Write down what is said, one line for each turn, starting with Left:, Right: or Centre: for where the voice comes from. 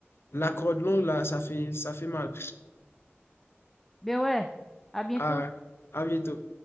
Left: la corde longue là, ça fait, ça fait mal.
Centre: <laughs> Mais ouais, à bientôt.
Left: À, à bientôt.